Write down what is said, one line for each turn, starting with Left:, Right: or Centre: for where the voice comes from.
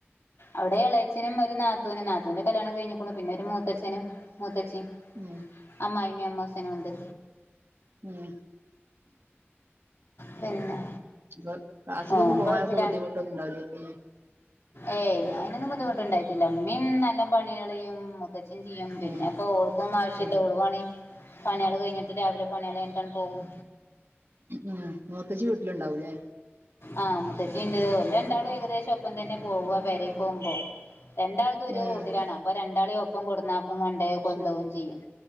Left: അവിടെ എളയച്ചനും ഒരു നാത്തൂനും നാത്തൂന്റെ കല്യാണം കഴിഞ്ഞേക്കണു പിന്നെ ഒരു മൂത്തച്ഛനും മുത്തച്ചിം
Right: ഏഹ്
Left: അമ്മായിമ്മീം അമ്മോശനും ഉണ്ട്
Right: ഉം
Left: പിന്നെ
Right: ഇപ്പൊ ക്ലാസ്സിലൊക്കേ
Left: ഓൻ
Right: പോകാനൊക്കെ
Left: ഗൾഫിലാണ്
Right: ബുദ്ധിമുട്ട് ഒന്നുംണ്ടാവൂലേയ്ക്കും
Left: ഏയ് അയ്നൊന്നും ബുദ്ധിമുട്ടുണ്ടായിട്ടില്ല ഉമ്മീം നല്ല പണികള് ചെയ്യും മൂത്തച്ചി ചെയ്യും പിന്നെപ്പൊ
Right: ഏഹ്
Left: ഓൾക്കും ആവശ്യല്ല
Right: ശരി
Left: ഓള് പണി പണിയാള് കഴിഞ്ഞിട്ട് രാവിലെ പണിയാള് കഴഞ്ഞിട്ടാണ്ട് പോകും
Right: ഉം മൂത്തച്ചി വീട്ടിലുണ്ടാവൂല്ലേ
Left: ആഹ് മുത്തച്ചിണ്ട് ഓര് രണ്ടാളും ഏകദേശം ഒപ്പം തന്നെ പോവാ പെരീക്ക് പോകുമ്പോ രണ്ടാൾതും ഒരു
Right: ഏഹ്
Left: റൂട്ടിലാണ് അപ്പൊ രണ്ടാളി ഒപ്പ് ഒപ്പം കൊട്ന്നാക്കും കൊണ്ടേയ്
Right: അത്
Left: കൊണ്ടോവും ചെയ്യും